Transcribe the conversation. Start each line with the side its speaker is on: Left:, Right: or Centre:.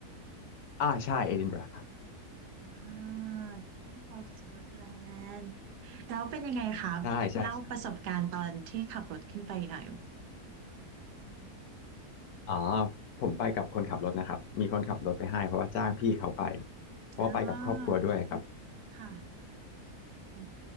Left: อ่าใช่เอดินบะระครับ
Right: อ่าขึ้นของสกอตแลนด์แล้วเป็นยังไงคะเล่าประสบการณ์ตอนที่ขับรถขึ้นไปหน่อย
Left: ใช่ใช่ใช่ใช่อ๋อผมไปกับคนขับรถนะครับมีคนขับรถไปให้เพราะว่าจ้างพี่เขาไปเพราะว่าไปกับครอบครัวด้วยครับ
Right: อ่าค่ะอื